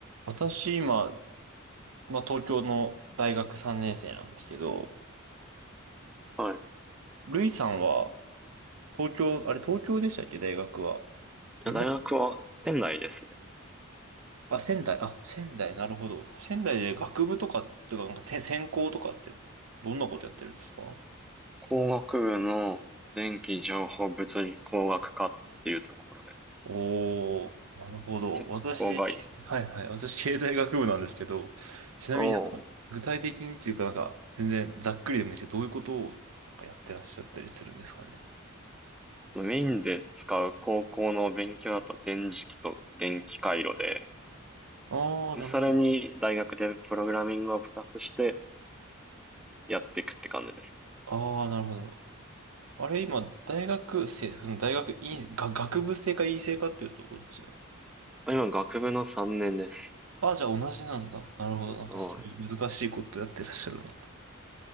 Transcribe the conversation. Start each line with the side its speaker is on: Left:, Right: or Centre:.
Right: 私、今、まあ、東京の大学3年生なんですけど、
Centre: はい。
Right: ルイさんは、東京、あれ、東京でしたっけ、大学は。日本、
Centre: 大学は仙台ですね。
Right: あ、仙台、あ、仙台、なるほど。仙台で学部とか、とか、なんか、せ専攻とかって、どんなことやってるんですか
Centre: 工学部の電気情報物理工学科っていうところで、
Right: おー、なるほど。
Centre: 鉄工外
Right: 私、はいはい、私、経済学部なんですけど、ちなみに、
Centre: を
Right: 具体的にっていうか、なんか、全然ざっくりでもいいですけど、どういうことを、なんかやってらっしゃったりするんですかね。
Centre: メインで使う高校の勉強だと電磁気と電気回路で、
Right: ああ、
Centre: で、
Right: なるほど。
Centre: それに大学でプログラミングをプラスしてやっていくって感じです。
Right: ああ、なるほど。あれ、今、大学生、その大学院、が、学部生か院生かっていうとどっちなの
Centre: 今、学部の3年です。
Right: あ、じゃあ同じなんだ。なるほど。なんかすごい難しいことやってらっしゃるな。
Centre: はい。